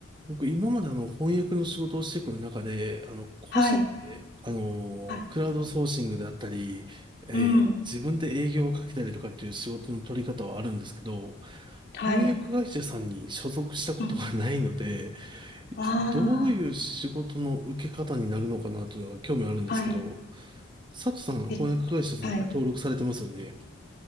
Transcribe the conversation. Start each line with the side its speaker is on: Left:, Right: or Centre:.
Right: 僕、今まであの、翻訳の仕事をしてくる中で、あの、個人で、
Left: はい。
Right: あの、
Left: はい。
Right: クラウドソーシングだったり、えー自分で営業をかけたりとかっていう仕事の取り方はあるんですけど、
Left: うん。はい。
Right: 翻訳会社さんに所属したことがないので、
Left: うん。
Right: 一体どういう仕事の受け方になるのかなというのが興味あるんですけど、
Left: わあ。はい。
Right: 佐藤さん、
Left: え、
Right: 翻訳会社さん登録されてますよね。
Left: はい。